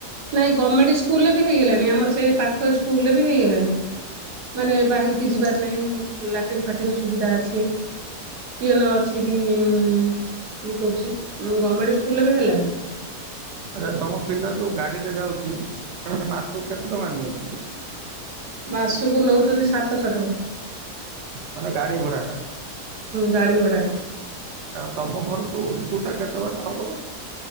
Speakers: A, on the right; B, on the right.
A: ନାଇଁ ଗଭର୍ଣ୍ଣମେଣ୍ଟ ସ୍କୁଲ ରେ ବି ହେଇଗଲାଣି ଆମର ସେଇ ପାଖ ସ୍କୁଲରେ ବି ହେଇଗଲାଣି ମାନେ ବାହାରିକି ଯିବାର ନାହିଁ ଲାଟିନ୍ ଫାଟିନ୍ ସୁବିଧା ଅଛି ପିଅନ ଅଛି ବି ଇଏ କରୁଛି ଗଭର୍ଣ୍ଣମେଣ୍ଟ ସ୍କୁଲରେ ବି ହେଲାନି
B: ଆଛା ତମ ପିଲା ଯୋଉ ଗାଡିରେ ଯାଉଛି ସେମାନେ ମାସକୁ କେତେ ଟଙ୍କା ନିଅନ୍ତି?
A: ମାସକୁ ନଉଛନ୍ତି ସାତଶହ ଟଙ୍କା।
B: ମାନେ ଗାଡି ଭଡ଼ାଟା?
A: ଗାଡ଼ି ଭଡ଼ାଟା।
B: ତା ତମ ଘର ଠୁ ସ୍କୁଲ ଟା କେତେ ବାଟ ହବ?